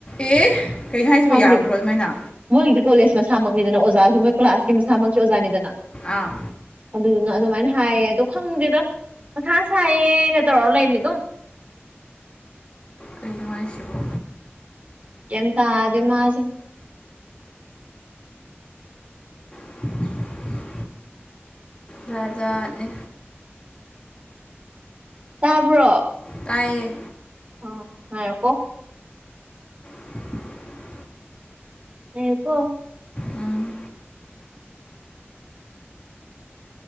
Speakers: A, on the left; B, on the right.
A: ꯑꯦ ꯀꯩꯩꯅꯣ ꯍꯥꯏꯁꯤꯕ
B: ꯈꯪꯗꯦꯕ
A: ꯌꯥꯕ꯭ꯔꯣ ꯑꯗꯨꯃꯥꯏꯅ?
B: ꯃꯣꯏꯒꯤꯗꯤ ꯀꯣꯂꯦꯖ ꯃꯁꯥꯃꯛꯅꯤꯗꯅ ꯑꯣꯖꯥꯁꯨ ꯃꯣꯏ ꯀ꯭ꯂꯥꯁ ꯃꯁꯥꯃꯛꯀꯤ ꯑꯣꯖꯥꯅꯤꯗꯅ꯫
A: ꯑꯥ
B: ꯑꯗꯨꯗꯨꯅ ꯑꯗꯨꯃꯥꯏꯅ ꯍꯥꯏꯌꯦ ꯑꯗꯣ ꯈꯪꯗꯦꯗ꯫ ꯃꯊꯥ ꯁꯥꯏꯌꯦ ꯅ ꯇꯧꯔ ꯂꯩꯕꯅꯦ ꯑꯗꯨꯝ꯫
A: ꯀꯩꯅꯣ ꯍꯥꯏꯁꯤꯕꯣ?
B: ꯒ꯭ꯤꯌꯟ ꯇꯥꯗꯦ ꯃꯥꯁꯦ꯫
A: <unintelligible> ꯖꯥꯠ ꯖꯥꯠꯅꯦ꯫
B: ꯇꯥꯕ꯭ꯔꯣ?
A: ꯇꯥꯏꯌꯦ꯫
B: ꯑꯣ ꯉꯥꯏꯌꯣꯀꯣ꯫
A: <unintelligible>
B: ꯉꯥꯏꯌꯣꯀꯣ꯫
A: ꯎꯝ